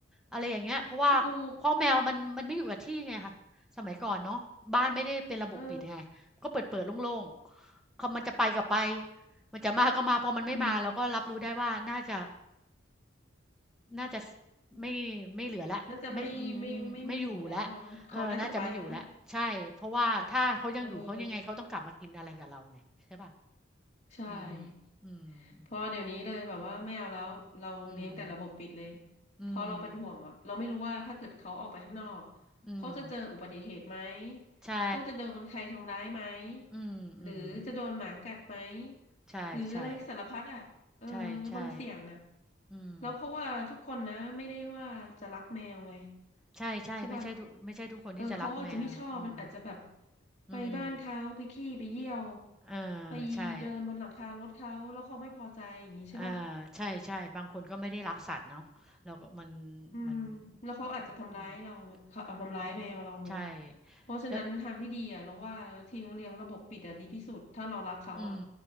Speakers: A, in the centre; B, on the left (about 35°).
A: อะไรอย่างเงี้ยเพราะว่าเพราะแมวมันมันไม่อยู่กับที่ไงคะสมัยก่อนเนาะบ้านไม่ได้เป็นระบบปิดไงก็เปิดๆโล่งๆเขามันจะไปก็ไป
B: ถูกเออ
A: มันจะมาก็มาพอมันไม่มาเราก็รับรู้ได้ว่าน่าจะ
B: อืม
A: น่าจะไม่ไม่เหลือแล้วไม่
B: น่าจะไม่ไม่ไม่ไม่อยู่แล้วอะเนาะเขาน่าจะไปแล้วล่ะ
A: ไม่อยู่แล้ว เออน่าจะไม่อยู่แล้วใช่เพราะว่าถ้าเขายังอยู่เขายังไงเขาต้องกลับมากินอะไรกับเราไงใช่เปล่า
B: เออใช่
A: อืมอืมอืม
B: พอเดี๋ยวนี้เลยแบบว่าไม่เอาแล้วเราเลี้ยงแต่ระบบปิดเลย
A: อืมอืม
B: เพราะเราเป็นห่วงอ่ะเราไม่รู้ว่าถ้าเกิดเขาออกไปข้างนอก
A: อืม
B: เขาจะเจออุบัติเหตุไหม
A: ใช่
B: เขาจะโดนใครทำร้ายไหม
A: อืมอืม
B: หรือจะโดนหมากัดไหม
A: ใช่ๆใช่
B: หรืออะไรสารพัดอ่ะเออ
A: ใช่
B: มันเสี่ยงอ่ะ
A: อืม
B: แล้วเพราะว่าทุกคนนะไม่ได้ว่าจะรักแมวไง
A: ใช่ๆไม่ใช่ทุกไม่ใช่ทุกคนที่จะรักแมวอืม
B: ใช่ป่ะเออเขาอาจจะไม่ชอบมันอาจจะแบบไปบ้านเขาไปขี้ไปเยี่ยว
A: อืมเออใช่
B: ไปเดินบนหลังคารถเขาแล้วเขาไม่พอใจอย่างนี้ใช่ป่ะ
A: อาใช่ๆบางคนก็ไม่ได้รักสัตว์เนาะแล้วก็มัน
B: อืมแล้วเขาอาจจะทำร้ายเราเขาเอาทำร้ายแมวเราไง
A: มันอืมเออใช่
B: เพราะฉะนั้นทางที่ดีอ่ะเราว่าทิ้งเลี้ยงระบบปิดอ่ะดีที่สุดถ้าเรารักเขาอ่ะ
A: แล้ว อืม